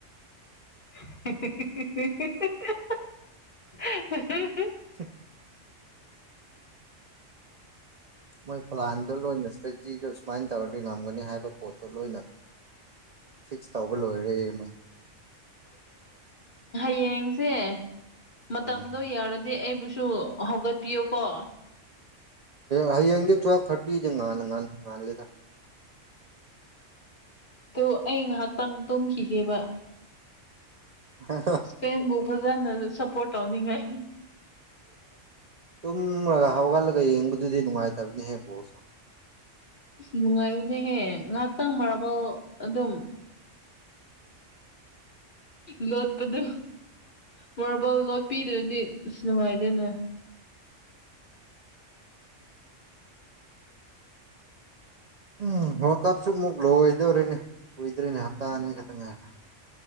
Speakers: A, on the left; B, on the right.
A: <unintelligible>
B: ꯁ ꯃꯣꯏ ꯄ꯭ꯂꯥꯟꯗꯣ ꯂꯣꯏꯅ ꯏꯁꯇꯗꯤꯗꯣ ꯁꯨꯃꯥꯏꯅ ꯇꯧꯔꯗꯤ ꯉꯝꯒꯅꯤ ꯍꯥꯏꯕ ꯄꯣꯠꯇꯣ ꯂꯣꯏꯅ ꯐꯤꯛꯁ ꯇꯧꯕ ꯂꯣꯏꯔꯦ ꯃꯣꯏ
A: ꯌꯦꯌꯦꯡꯁꯦ ꯃꯇꯝꯗꯣ
B: ꯎꯝ
A: ꯌꯥꯔꯗꯤ ꯑꯩꯕꯨ ꯁꯨ ꯍꯧꯒꯠꯄꯤꯌꯨ ꯀꯣ
B: ꯍꯥꯏꯦ ꯊ ꯐꯇꯤꯖ ꯉ ꯂ ꯂꯩꯦꯗ
A: ꯑꯣ ꯑꯩ ꯉꯥꯏꯍꯥꯛꯇꯪ ꯇꯨꯝꯝꯈꯤꯒꯦꯕ
B: ꯍ
A: ꯏꯁꯄꯦꯟꯕꯨ ꯐꯖꯅ ꯁꯞꯄꯣꯔꯠ ꯇꯧꯅꯤꯡꯉꯥꯏ
B: ꯇꯨꯝꯂꯒ ꯍꯧꯒꯠꯂꯒ ꯌꯦꯡꯕꯗꯨꯗꯤ ꯅꯨꯡꯉꯥꯏꯇꯕꯅꯤꯍꯦ ꯕꯣꯁ
A: ꯑꯁ ꯅꯨꯡꯉꯥꯏꯕꯅꯦꯍꯦ ꯉꯥꯏꯍꯥꯛꯇꯪꯃꯔꯕ ꯑꯗꯨꯝ <inaudible> ꯂꯣꯠꯄꯗꯨꯣ ꯃꯥꯕꯥꯜ ꯂꯣꯠꯄꯤꯗ꯭ꯔꯗꯤ ꯑꯁ ꯅꯨꯡꯉꯥꯏꯗꯦꯅꯦ
B: ꯎꯝ ꯍ ꯀꯞꯁꯨ ꯑꯃꯨꯛ ꯂꯣꯏꯗꯣꯔꯤꯅꯦ ꯀꯨꯏꯗꯣꯏꯔꯤꯅꯦ ꯍꯞꯇꯥ
A: ꯎꯝ
B: ꯑꯅꯤ ꯈꯛꯇꯪ ꯉꯥꯏꯔ